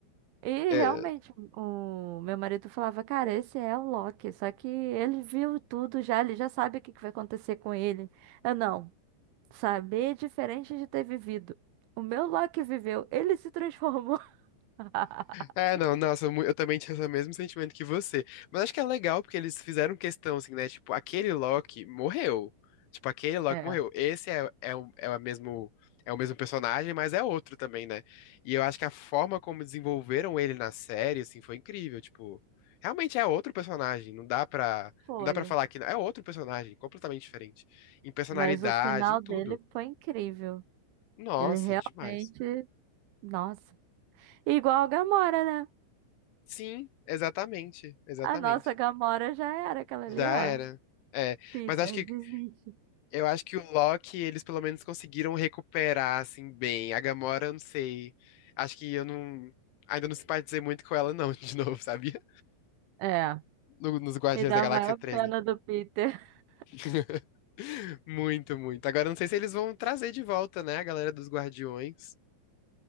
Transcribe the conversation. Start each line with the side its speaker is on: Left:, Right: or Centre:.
Right: E
Left: é,
Right: realmente, o meu marido falava, cara, esse é o Loki. Só que ele viu tudo já, ele já sabe o que que vai acontecer com ele. Eu não. Saber é diferente de ter vivido. O meu Loki viveu, ele se transformou. <laughs>
Left: É, não, nossa, mu- eu também tinha o mesmo sentimento que você. Mas acho que é legal porque eles fizeram questão, assim, né? Tipo, aquele Loki morreu. Tipo, aquele Loki
Right: É.
Left: morreu. Esse é, é, o, é, o mesmo, é o mesmo personagem, mas é outro também, né? E eu acho que a forma como desenvolveram ele na série, assim, foi incrível. Tipo, realmente é outro personagem. Não dá pra,
Right: Foi.
Left: não dá pra falar que não. É outro personagem, completamente diferente. Em personalidade,
Right: Mas o final
Left: em tudo.
Right: dele foi incrível.
Left: Nossa,
Right: Ele realmente.
Left: demais.
Right: Nossa. Igual a Gamora, né?
Left: Sim, exatamente, exatamente.
Right: A nossa Gamora já era aquela
Left: Já
Right: ali, ó.
Left: era. É,
Right: Peter,
Left: mas acho que
Right: desiste.
Left: eu acho que o Loki eles pelo menos conseguiram recuperar assim bem. A Gamora, eu não sei. Acho que eu não ainda não simpatizei muito com ela não, <laughs> de novo, sabia?
Right: É.
Left: No- nos Guardiões
Right: e dá
Left: da Galáxia
Right: a maior
Left: três
Right: pena
Left: né?
Right: do Peter. <laughs>
Left: <laughs> Muito, muito. Agora eu não sei se eles vão trazer de volta, né, a galera dos Guardiões.